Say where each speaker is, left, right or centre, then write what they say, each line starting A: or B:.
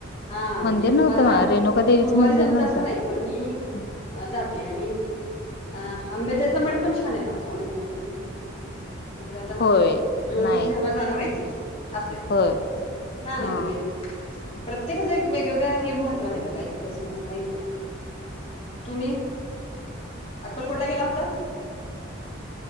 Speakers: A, on the left; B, on the left.
A: हा
B: मंदिर
A: मी
B: नव्हतं
A: मला
B: म रेणुका देवीचं
A: गुरुवारी
B: मंदिर
A: जमत
B: नव्हतं
A: असं नाही पण मी
B: हं.
A: जाते. आणि अ आंबेदरचं मठ पण छान आहे बघा स्वामी समर्थांचा पण तिकडे आता
B: होय
A: योगईल
B: नाही
A: तेव्हा जाणं व्हायचं असे
B: होय
A: छान
B: हा
A: आहे मध्ये प्रत्येकाच एक वेगवेगळा हे महत्व आहेघा इतिहास महत्व येईल का नाही तुम्ही अक्कलकोटला गेला होता?